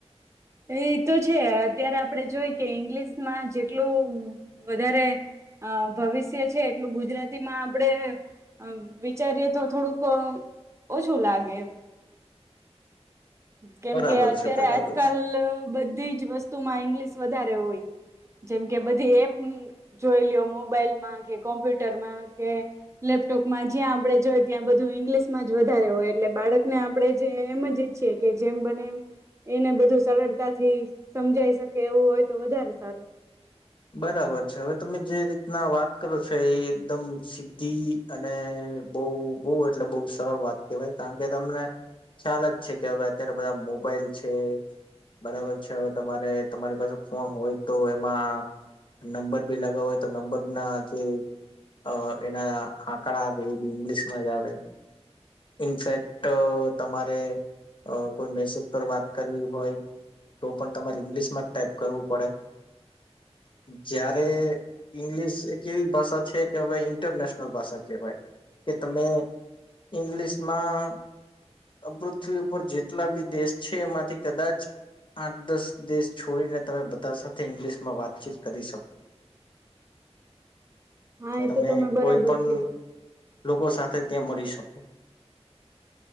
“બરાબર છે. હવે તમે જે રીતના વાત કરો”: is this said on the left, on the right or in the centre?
Left